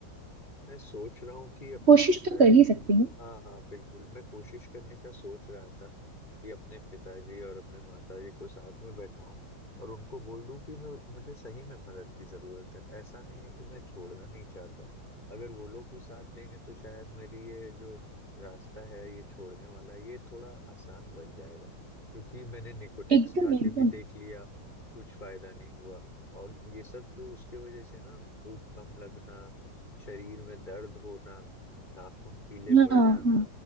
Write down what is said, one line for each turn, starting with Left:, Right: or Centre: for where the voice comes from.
Left: मैं सोच रहा हूँ कि अपने
Right: कोशिश
Left: पिताजी
Right: तो कर ही सकते हो
Left: हाँ हाँ बिल्कुल मैं कोशिश करने का सोच रहा था कि अपने पिताजी और अपने माताजी को साथ में बैठाऊं और उनको बोल दूं कि मैं मुझे सही में मदद की जरूरत है ऐसा नहीं है कि मैं छोड़ना नहीं चाहता हूँ अगर वो लोग भी साथ देंगे तो शायद मेरी ये जो रास्ता है ये छोड़ने वाला ये थोड़ा आसान बन जाएगा क्योंकि मैंने निकोटेक्स
Right: एकदम
Left: खा के
Right: एकदम
Left: भी देख लिया कुछ फायदा नहीं हुआ और ये सब जो उसके वजह से ना भूख कम लगना शरीर में दर्द होना नाखून पीले पड़
Right: हाँ
Left: जाना
Right: हाँ